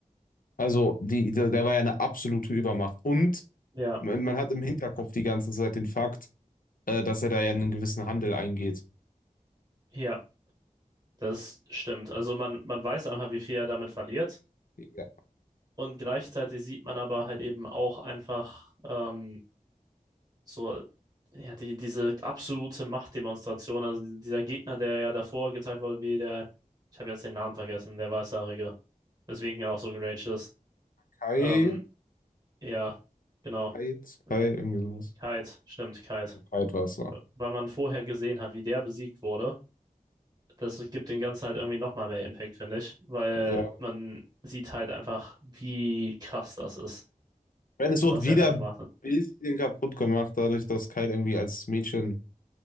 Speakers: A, on the left; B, on the right.
A: Also, die, der, der war ja eine absolute Übermacht. Und
B: Ja,
A: man man hat im Hinterkopf die ganze Zeit den Fakt, äh, dass er da ja einen gewissen Handel eingeht.
B: ja, das stimmt. Also man, man weiß einfach, wie viel er damit verliert.
A: Ja,
B: Und gleichzeitig sieht man aber halt eben auch einfach ähm, so, ja, die, diese absolute Machtdemonstration. Also die- dieser Gegner, der ja davor gezeigt wurde, wie der, ich habe jetzt den Namen vergessen, der Weißhaarige. Deswegen er auch so geraged ist.
A: Kai.
B: Ähm, ja, genau.
A: Kai,
B: Äh,
A: Kai, irgendwie sowas.
B: Kite, stimmt, Kite.
A: Kite war es da.
B: Weil man vorher gesehen hat, wie der besiegt wurde, das gibt den Ganzen halt irgendwie nochmal mehr Impact, finde ich. Weil
A: Ja.
B: man sieht halt einfach, wie krass das ist,
A: Wenn es wird
B: was
A: wieder
B: er da gemacht
A: ein
B: hat.
A: bisschen kaputt gemacht, dadurch, dass Kite irgendwie als Mädchen